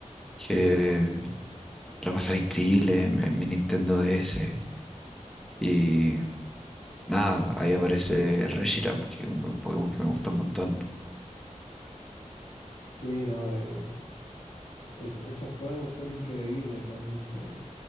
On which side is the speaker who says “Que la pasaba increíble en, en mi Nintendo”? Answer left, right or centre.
Centre